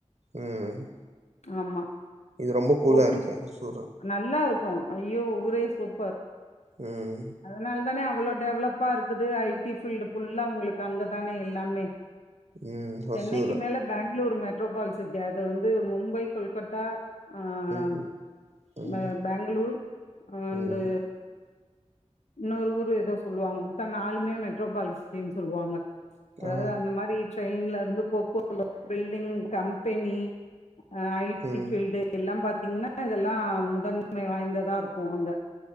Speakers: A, on the right; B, on the left.
A: ம்
B: ஆமா
A: இது ரொம்ப கூலா
B: பொன்
A: இருக்கு ஹொசூரு
B: நல்லா இருக்கு ஐயோ ஊரே சூப்பர்
A: ம்
B: அதனால் தானே அவ்ளோ டெவலப்பா இருக்குது ஐ டி ஃபீல்டு ஃபுல்லா உங்களுக்கு அங்கதானே எல்லாமே
A: ம். ஹொசூரு.
B: சென்னைக்கு மேல பெங்ளூரு மெட்ரோபால்சிட்டி அது வந்து மும்பை கொல்கட்டா ஆ ஆ
A: ம். ம்.
B: பெ பெங்ளூர் அண்டு
A: ம்.
B: இன்னொரு ஊர் ஏதோ சொல்வாங்க மொத்தோ நாளுமே மெட்ரோபால் சிட்டினு சொல்வாங்க அதாது
A: ஆ.
B: அந்த மாரி ட்ரெயின்ல இருந்து <inaudible> பில்டிங் கம்பெனி அ ஐ
A: ம்.
B: டி பீல்டு எல்லா பாத்தீங்ன்னா இதெல்லா முதன்மை வாய்ந்ததா இருக்கு அங்க